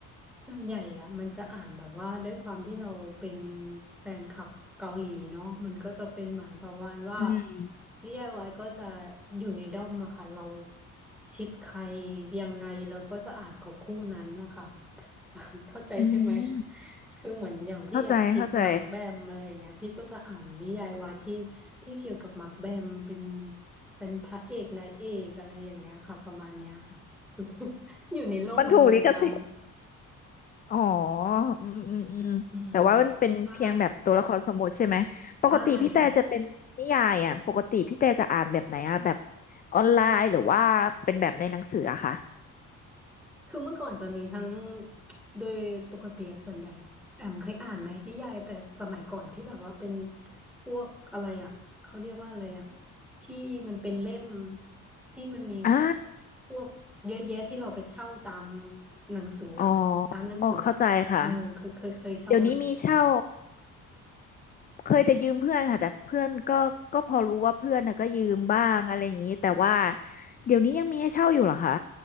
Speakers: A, in the centre; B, on the left.
A: ส่วนใหญ่อะมันจะอ่านแบบว่าด้วยความที่เราเป็นแฟนคลับเกาหลีเนาะมันก็จะเป็นเหมือนประมาณว่า
B: อืม
A: นิยายวายก็จะอยู่ในด้อมอะค่ะเราชิปใครยังไงเราก็จะอ่านของคู่นั้นนะคะ <laughs> เข้าใจใช่ไหม
B: อืม
A: คือเหมือนอย่างพี่อะชิปมาร์คแบมอะไรอย่างเงี้ยพี่ก็จะอ่านนิยายวายที่
B: เข้าใจเข้าใจ
A: ที่เกี่ยวกับมาร์คแบมเป็นเป็นพระเอกนายเอกอะไรอย่างเงี้ยค่ะประมาณเนี้ยค่ะ <laughs> อยู่ในโลกมโนมา
B: มันถูกลิขสิทธิ์อ๋ออืมอืมอืมแต่ว่ามันเป็นเพียงแบบตัวละครสมมุติใช่ไหมปกติพี่แต่จะเป็นนิยายอ่ะปกติพี่แต่จะอ่านแบบไหนอ่ะแบบ
A: อืมใช่ใช่
B: ออนไลน์หรือว่าเป็นแบบในหนังสืออะคะ
A: คือเมื่อก่อนจะมีทั้งโดยปกติอะส่วนใหญ่อะแอมเคยอ่านไหมนิยายแต่สมัยก่อนที่แบบว่าเป็นพวกอะไรอะเขาเรียกว่าอะไรอะที่มันเป็นเล่มที่มันมี
B: อ่า
A: พวกเยอะแยะที่เราไปเช่าตามหนังสืออะร้านหนังสืออะเออเคยเคยเคยเช่าไหม
B: อ๋อเข้าใจค่ะ เดี๋ยวนี้มีเช่า เคยแต่ยืมเพื่อนค่ะแต่เพื่อนก็ก็พอรู้ว่าเพื่อนน่ะก็ยืมบ้างอะไรอย่างนี้แต่ว่าเดี๋ยวนี้ยังมีให้เช่าอยู่เหรอคะ